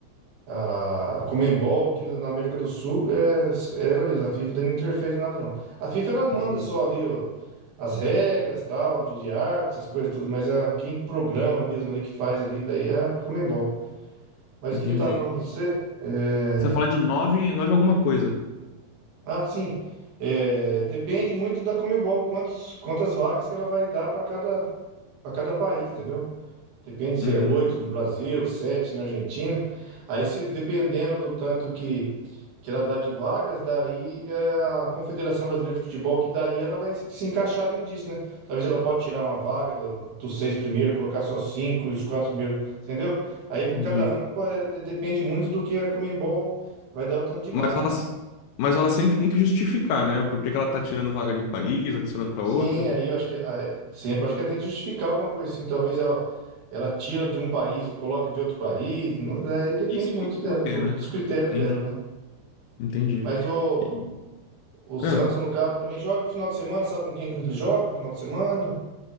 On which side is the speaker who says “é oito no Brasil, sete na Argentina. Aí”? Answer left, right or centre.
Right